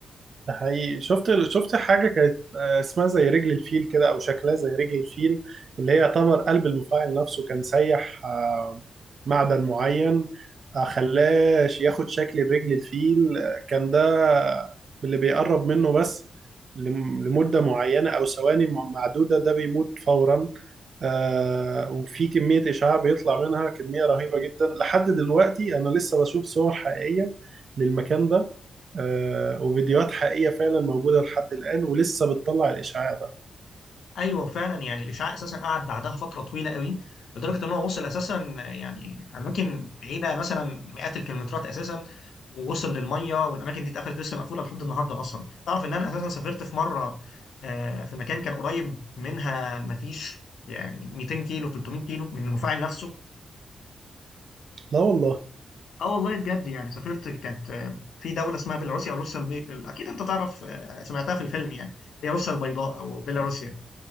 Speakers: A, on the right; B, on the left.
A: ده حقيقي شفت شفت حاجة كانت آه، اسمها زي رجل الفيل كده أو شكلها زي رجل الفيل اللي هي يعتبر قلب المفاعل نفسه كان سيح آه، معدن معين آه، خلاه ياخد شكل رجل الفيل آه، كان ده اللي بيقرب منه بس لم- لمدة معينة أو ثواني م- معدودة ده بيموت فورا آه، وفي كمية إشعاع بيطلع منها كمية رهيبة جدا لحد دلوقتي أنا لسه بشوف صور حقيقية للمكان ده آه، وفيديوهات حقيقية فعلا موجودة لحد الآن ولسه بتطلع الإشعاع ده
B: ايوه فعلا يعني الاشعاع اساسا قعد بعدها فتره طويله قوي لدرجه ان هو وصل اساسا يعني اماكن بعيده مثلا مئات الكيلومترات اساسا ووصل للميه والاماكن دي اتقفلت لسه مقفوله لحد النهارده اصلا تعرف ان انا اساسا سافرت في مره آه، في مكان كان قريب منها مفيش يعني 200 كيلو 300 كيلو من المفاعل نفسه
A: لا والله
B: اه والله بجد يعني سافرت كانت آه، في دولة اسمها بيلاروسيا او روسيا البي... اكيد انت تعرف آه، سمعتها في الفيلم يعني هي روسيا البيضاء او بيلاروسيا